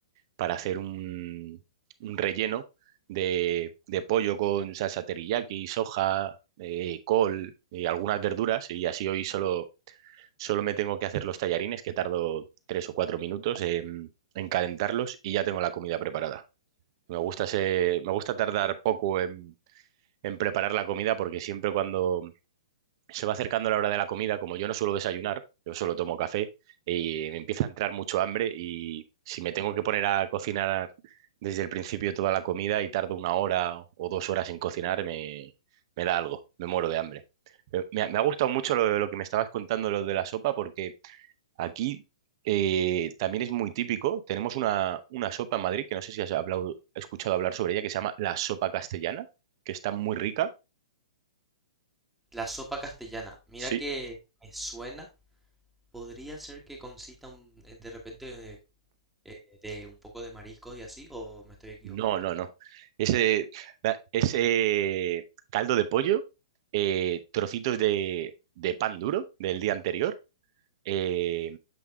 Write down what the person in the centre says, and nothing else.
La sopa castellana. Mira
que me suena, podría ser que consista un- eh, de repente eh, de un poco de mariscos y así, o me estoy equivocando.